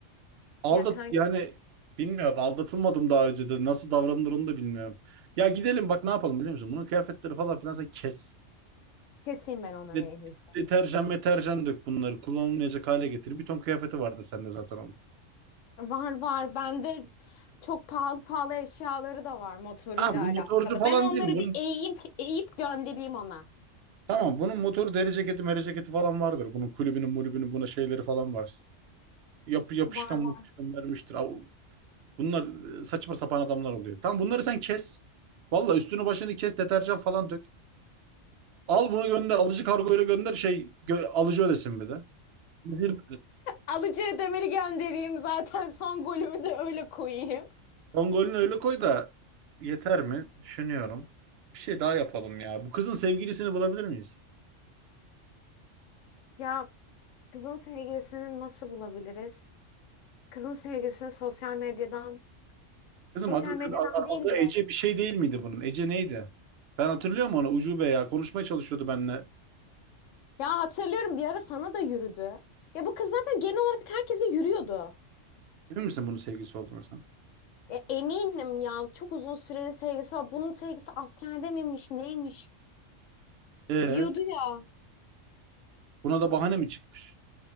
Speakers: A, on the right; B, on the left.
A: Aldat
B: Ya kanka
A: yani bilmiyorum aldatılmadım daha önce de nasıl davranılır onu da bilmiyorum. Ya gidelim bak ne yapalım biliyor musun? Bunun kıyafetleri falan filan sen kes.
B: keseyim ben onları
A: De-
B: en iyisi.
A: deterjan meterjan dök bunları kullanılmayacak hale getir. Bir ton kıyafeti vardır sende zaten onun.
B: Var var bende çok pahalı pahalı eşyaları da var motoruyla
A: Ha bu
B: alakalı.
A: motorcu falan
B: Ben onları
A: değil mi? Bunun,
B: bir eğip eğip göndereyim ona.
A: tamam bunun motoru deri ceketi meri ceketi falan vardır. Bunun kulübünün mulübünün buna şeyleri falan var. Yapı yapışkan
B: Var var.
A: yapışkan vermiştir. Av- Bunlar e, saçma sapan adamlar oluyor. Tamam bunları sen kes. Valla üstünü başını kes deterjan falan dök. Al bunu gönder alıcı kargoyla gönder şey gö- alıcı ödesin bir de. Üzülme.
B: Alıcı ödemeli göndereyim zaten <laughs> son golümü de öyle koyayım.
A: Son golünü öyle koy da yeter mi? Düşünüyorum. Bir şey daha yapalım ya. Bu kızın sevgilisini bulabilir miyiz?
B: Ya kızın sevgilisini nasıl bulabiliriz? Kızın sevgilisini sosyal medyadan, sosyal
A: Kızım adı,
B: medyadan
A: kız- a-
B: değil
A: adı
B: de
A: Ece bir şey değil miydi bunun? Ece neydi? Ben hatırlıyorum onu. Ucube ya. Konuşmaya çalışıyordu benimle.
B: Ya hatırlıyorum bir ara sana da yürüdü. Ya bu kız zaten genel olarak herkese yürüyordu.
A: Emin misin bunun sevgilisi olduğunu sen?
B: E, eminim ya çok uzun süreli sevgisi var. Bunun sevgisi askerde miymiş neymiş
A: Ee,
B: diyordu ya.
A: buna da bahane mi çıkmış?